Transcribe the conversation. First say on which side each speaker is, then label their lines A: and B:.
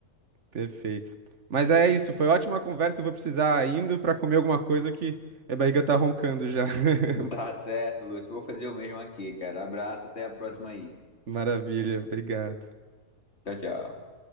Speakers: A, on the right; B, on the left.
A: Perfeito. Mas é isso, foi ótima conversa. Eu vou precisar indo para comer alguma coisa que minha barriga tá roncando já. <laughs>
B: <laughs> Tá certo, Lúcio. Vou fazer o mesmo aqui, cara. Abraço, até a próxima aí.
A: Maravilha, obrigado.
B: Tchau, tchau.